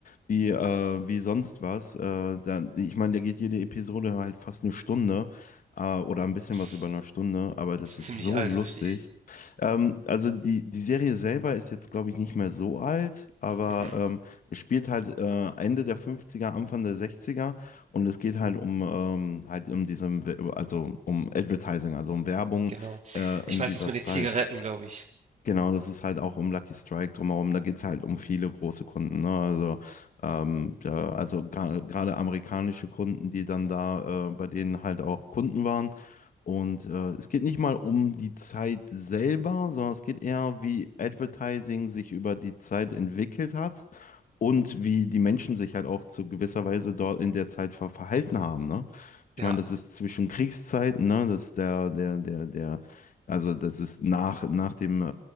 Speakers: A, on the left; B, on the right.
A: wie, äh, wie sonst was. Äh, da, ich meine, da geht jede Episode halt fast eine Stunde, äh, oder ein bisschen
B: Ist
A: was über eine Stunde, aber das
B: ist
A: ist
B: ziemlich
A: so
B: alt,
A: lustig.
B: richtig.
A: Ähm, also die, die Serie selber ist jetzt, glaube ich, nicht mehr so alt, aber
B: Mhm,
A: ähm, es spielt halt äh, Ende der fünfziger Anfang der sechziger und es geht halt um ähm, halt um diesem, also um Advertising, also um Werbung
B: genau.
A: äh,
B: Ich
A: in
B: weiß
A: dieser
B: das mit
A: Zeit.
B: den Zigaretten, glaube ich.
A: Genau, das ist halt auch um Lucky Strike drumherum. Da geht's halt um viele große Kunden. Ne? Also, ähm, ja, also gra- gerade amerikanische Kunden, die dann da äh, bei denen halt auch Kunden waren. Und äh, es geht nicht mal um die Zeit selber, sondern es geht eher, wie Advertising sich über die Zeit entwickelt hat und wie die Menschen sich halt auch zu gewisser Weise dort in der Zeit ver verhalten haben. Ne? Ich
B: Ja,
A: meine, das ist zwischen Kriegszeiten, ne? Das ist der, der, der, der also das ist nach, nach dem äh,